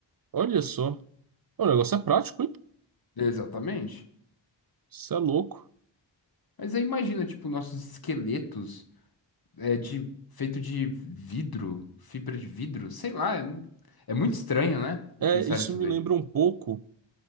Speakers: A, on the right; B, on the left.
A: Olha só. O negócio é prático, hein?
B: Exatamente.
A: Isso é louco.
B: Mas aí imagina, tipo, nossos esqueletos é, de, feito de vidro, fibra de vidro, sei lá. É, é muito estranho, né?
A: É,
B: Pensar
A: isso
B: nisso
A: me
B: daí.
A: lembra um pouco.